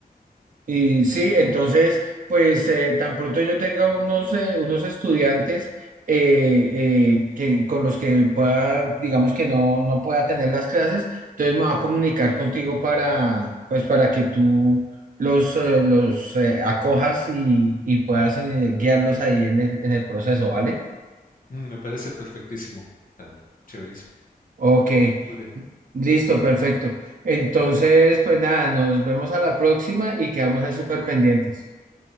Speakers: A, on the right; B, on the left.
A: Y sí, entonces, pues eh, tan pronto yo tenga unos, eh, unos estudiantes eh, eh, que, con los que pueda, digamos que no, no pueda tener las clases, entonces me va a comunicar contigo para, pues, para que tú los, eh, los eh, acojas y, y puedas eh, guiarlos ahí en el, en el proceso, ¿vale?
B: Mm, me parece perfectísimo, Albert. Chéverísimo.
A: Ok,
B: Muy bien.
A: listo, perfecto. Entonces, pues nada, nos vemos a la próxima y quedamos ahí súper pendientes.